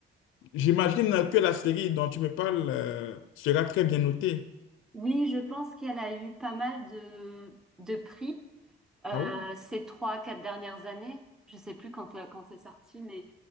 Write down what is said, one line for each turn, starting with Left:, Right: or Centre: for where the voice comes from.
Left: J'imagine que la série dont tu me parles euh, sera très bien notée.
Centre: Oui, je pense qu'elle a eu pas mal de, de prix euh,
Left: Ah ouais?
Centre: ces trois, quatre dernières années. Je sais plus quand, euh, quand c'est sorti, mais